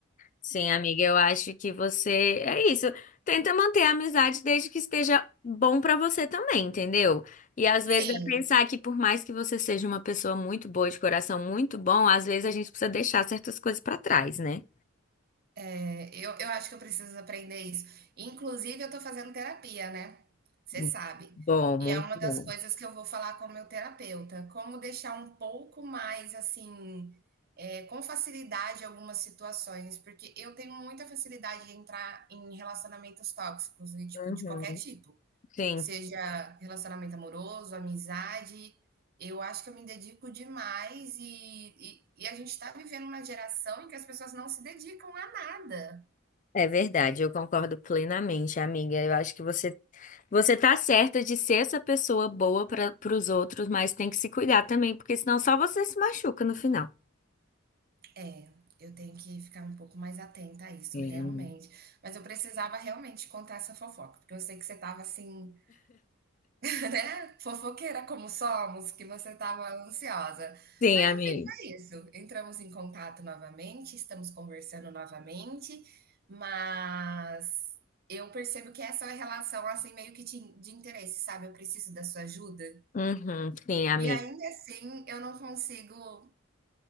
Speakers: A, on the left; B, on the right.
A: Sim, amiga, eu acho que você é isso. Tenta manter a amizade desde que esteja bom pra você também, entendeu? E às vezes
B: Sim.
A: é pensar que por mais que você seja uma pessoa muito boa, de coração muito bom, às vezes a gente precisa deixar certas coisas pra trás, né?
B: É, Eu, eu acho que eu preciso aprender isso. Inclusive, eu tô fazendo terapia, né? Você
A: Hum,
B: sabe.
A: Bom, muito
B: E é uma das
A: bom.
B: coisas que eu vou falar com o meu terapeuta. Como deixar um pouco mais, assim, é, com facilidade algumas situações. Porque eu tenho muita facilidade de entrar em relacionamentos tóxicos, e, tipo,
A: Uhum.
B: de qualquer tipo.
A: Sim.
B: Seja relacionamento amoroso, amizade. Eu acho que eu me dedico demais e, e, e a gente está vivendo uma geração em que as pessoas não se dedicam a nada.
A: É verdade, eu concordo plenamente, amiga. Eu acho que você você tá certa de ser essa pessoa boa para os outros, mas tem que se cuidar também, porque senão só você se machuca no final.
B: É, eu tenho que ficar um pouco mais atenta a isso,
A: É,
B: realmente.
A: né?
B: Mas eu precisava realmente contar essa fofoca, porque eu sei que você estava assim, <laughs> né, fofoqueira como somos, que você estava ansiosa.
A: Sim,
B: Mas
A: amiga.
B: no fim foi isso. Entramos em contato novamente, estamos conversando novamente, mas eu percebo que essa é uma relação assim meio que de de interesse, sabe? Eu preciso da sua ajuda.
A: Uhum, sim, amiga.
B: E ainda assim eu não consigo